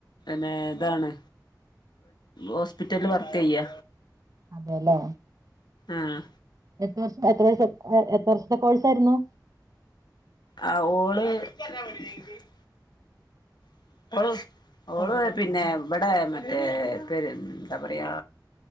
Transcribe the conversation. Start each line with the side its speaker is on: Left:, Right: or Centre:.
Left: ന്നെ ഇതാണ് ഹോസ്പിറ്റലില് വർക്ക് ചെയ്യ
Right: അതെല്ലേ
Left: ആഹ
Right: എത്ര വർഷ എത്ര വർം എത്ര വർഷത്തെ കോഴ്സ് ആയിരുന്നു
Left: ആ ഓള് <unintelligible> <unintelligible> ഓള് പിന്നെ ഇവിടെ മറ്റേ എന്താ പറയാ